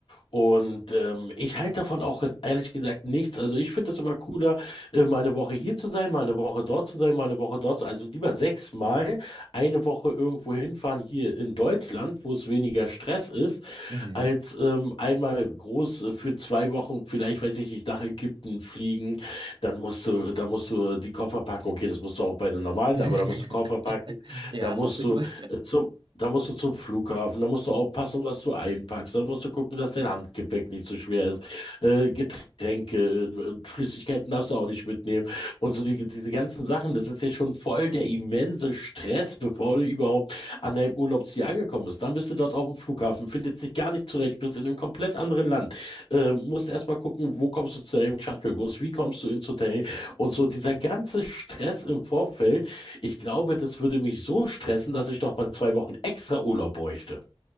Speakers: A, on the left; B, on the right.
A: Und ähm, ich halte davon auch ehrlich gesagt nichts. Also ich finde es immer cooler, äh, mal eine Woche hier zu sein, mal eine Woche dort zu sein, mal eine Woche dort zu sein. Also lieber sechsmal eine Woche irgendwo hinfahren hier in Deutschland, wo es weniger Stress ist,
B: Mhm.
A: als ähm, einmal groß äh, für zwei Wochen, vielleicht weiß ich nicht, nach Ägypten fliegen. Dann musst du, da musst du äh, die Koffer packen. Okay, das musst du auch bei den normalen,
B: <laughs>
A: aber da musst du Koffer packen.
B: Ja,
A: Da musst
B: hoffe ich
A: du
B: mal.
A: äh, zum Da musst du zum Flughafen, da musst du aufpassen, was du einpackst, da musst du gucken, dass dein Handgepäck nicht so schwer ist. Äh, Getränke, äh, äh, Flüssigkeiten darfst du auch nicht mitnehmen. Und so die, diese ganzen Sachen, das ist ja schon voll der immense Stress, bevor du überhaupt an deinem Urlaubsziel angekommen bist. Dann bist du dort auf dem Flughafen, findest dich gar nicht zurecht, bist in einem komplett anderen Land. Ähm, musst erstmal gucken, wo kommst du zu deinem Shuttlebus, wie kommst du ins Hotel und so. Dieser ganze Stress im Vorfeld, ich glaube, das würde mich so stressen, dass ich doch mal zwei Wochen extra Urlaub bräuchte.